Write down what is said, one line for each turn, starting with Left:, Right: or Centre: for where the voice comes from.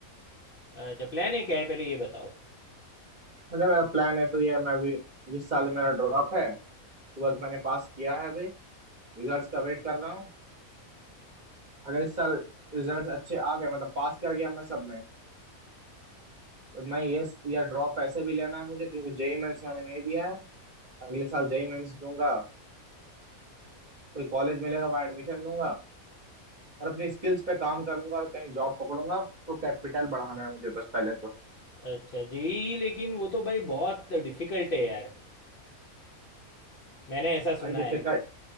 Left: अच्छा प्लान है क्या है पहले ये बताओ
Right: मतलब मेरा प्लान है तो ये मैं अभी इस साल मेरा ड्रॉप है ट्वेल्थ मैंने पास किया है अभी रिजल्ट्स का वेट कर रहा हूँ अगर इस साल रिजल्ट्स अच्छे आ गए मतलब पास कर गया मैं सब में तो मैं ये या ड्रॉप ऐसे भी लेना है मुझे क्योंकि जेई मेंस मैंने नहीं दिया है अगले साल जेई मेंस दूंगा कोई कॉलेज मिलेगा वहाँ एडमिशन लूंगा और अपनी स्किल्स पे काम करूंगा और कहीं जॉब पकड़ूंगा तो कैपिटल बढ़ाना है मुझे बस पहले तो
Left: अच्छा जेई लेकिन वो तो भाई बहुत डिफिकल्ट है यार मैंने ऐसा सुना
Right: अरे डिफिकल्ट
Left: है